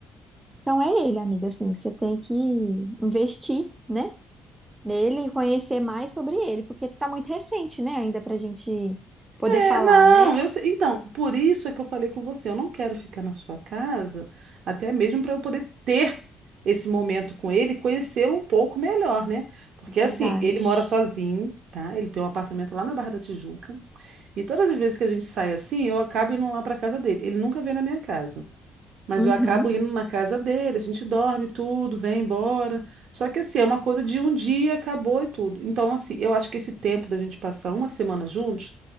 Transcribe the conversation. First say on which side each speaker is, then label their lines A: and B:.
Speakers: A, on the right; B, on the right.
A: Então é ele, amiga, assim, você tem que investir, né? Nele e conhecer mais sobre ele, porque tá muito recente, né, ainda pra gente poder
B: É,
A: falar,
B: não,
A: né?
B: eu sei. Então, por isso é que eu falei com você, eu não quero ficar na sua casa, até mesmo para eu poder ter esse momento com ele, e conhecê-lo um pouco melhor, né? Porque
A: Verdade.
B: assim, ele mora sozinho, tá? Ele tem um apartamento lá na Barra da Tijuca, e todas as vezes que a gente sai assim, eu acabo indo lá para casa dele. Ele nunca vem na minha casa, mas
A: Uhum.
B: eu acabo indo na casa dele, a gente dorme tudo, vem embora. Só que assim, é uma coisa de um dia, acabou e tudo. Então, assim, eu acho que esse tempo da gente passar uma semana juntos